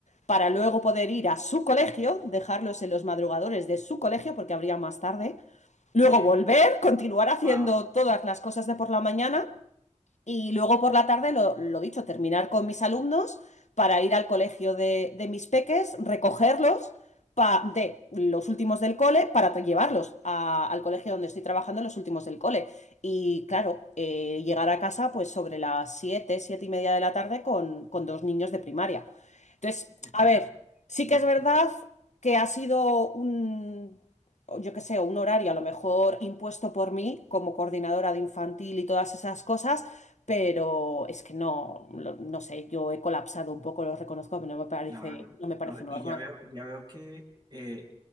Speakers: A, on the left (about 70°); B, on the right (about 35°).
A: para luego poder ir a su colegio, dejarlos en los madrugadores de su colegio porque abría más tarde, luego
B: Sí,
A: volver, continuar haciendo
B: wow.
A: todas las cosas de por la mañana y luego por la tarde, lo, lo dicho, terminar con mis alumnos para ir al colegio de, de mis peques, recogerlos pa- de los últimos del cole para tra- llevarlos a- al colegio donde estoy trabajando los últimos del cole. Y claro, eh, llegar a casa pues sobre las 7 7 y media de la tarde con, con dos niños de primaria. Entonces,
B: <laughs>
A: a ver, sí que
B: Ya,
A: es verdad que ha sido un, o yo qué sé, un horario a lo mejor impuesto por mí como coordinadora de infantil y todas esas cosas pero es que no, lo- no sé, yo he colapsado un poco, lo reconozco, pero no me parece,
B: Claro,
A: no me parece
B: ¿no?
A: normal.
B: Y ya veo, ya veo que eh,